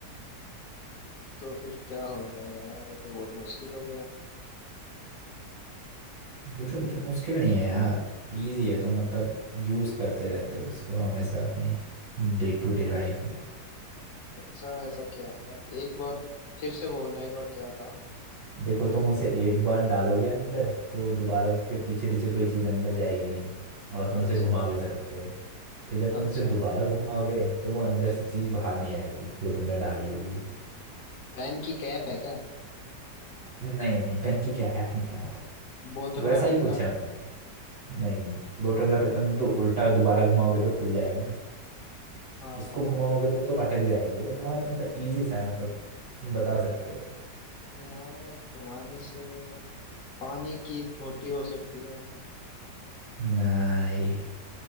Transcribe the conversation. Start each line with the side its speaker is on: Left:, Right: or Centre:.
Left: तो फिर क्या होगा यार ये तो बहुत मुश्किल हो
Right: पूछो पूछो
Left: गया
Right: मुश्किल नहीं है यार इजी है तो मतलब यूज करते रहते हो इसको हमेशा अपनी डे टू डे लाइफ में।
Left: अच्छा ऐसा क्या है यार एक बार फिर से बोलना एक बार क्या था
Right: देखो तुम उसे एक बार डालोगे अंदर तो दोबारा उसके पीछे पीछे कोई चीज़ अंदर जाएगी नहीं और तुम
Left: अच्छा
Right: उसे घुमा भी सकते हो फिर जब तुम
Left: अच्छा
Right: उसे दोबारा घुमाओगे तो वो अंदर से चीज़ बाहर नहीं आएगी जो तुमने डाली होगी
Left: पेन की कैप है क्या
Right: नहीं नहीं पेन की क्या ऐप नहीं है यार
Left: बोतल
Right: वैसा
Left: का
Right: ही
Left: ढक्कन
Right: कुछ है मतलब नहीं नहीं बोतल का ढक्कन तुम तो उल्टा दोबारा घुमाओगे तो खुल जाएगा ना
Left: हाँ
Right: इसको घुमाओगे तो तुम अटक जाएगी वो बहुत मतलब इजी सा है मतलब तुम बता सकते हो
Left: यहाँ घुमाने से पानी की टोटी हो सकती है
Right: नहीं